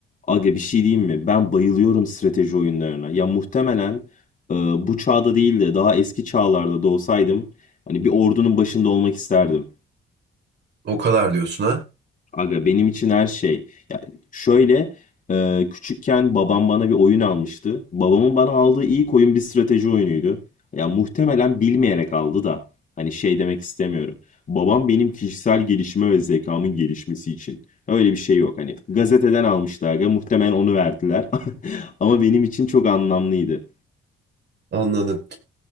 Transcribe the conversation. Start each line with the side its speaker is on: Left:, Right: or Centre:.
Left: Aga bir şey diyeyim mi? Ben bayılıyorum strateji oyunlarına. Ya muhtemelen e, bu çağda değil de daha eski çağlarda da olsaydım hani bir ordunun başında olmak isterdim.
Right: O kadar diyorsun ha?
Left: Aga benim için her şey. Ya şöyle e, küçükken babam bana bir oyun almıştı. Babamın bana aldığı ilk oyun bir strateji oyunuydu. Ya muhtemelen bilmeyerek aldı da. Hani şey demek istemiyorum. Babam benim kişisel gelişime ve zekamın gelişmesi için. Öyle bir şey yok hani. Gazeteden almıştı aga. Muhtemelen onu verdiler. <laughs> Ama benim için çok anlamlıydı.
Right: Anladım.